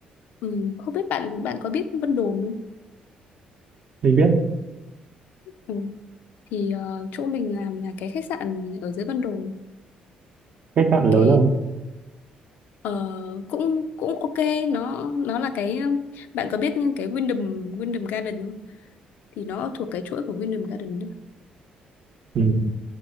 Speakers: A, on the left; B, on the right.
A: ừ, không biết bạn bạn có biết Vân Đồn không
B: Mình biết
A: Ừ. thì ờ, chỗ mình làm là cái khách sạn ở dưới Vân Đồn
B: khách sạn lớn
A: cái
B: không?
A: ờ, cũng cũng ok nó nó là cái ờ, bạn có biết cái Wyndham Wyndham Garden không thì nó thuộc cái chuỗi của Wyndham Garden nữa.
B: Ừ.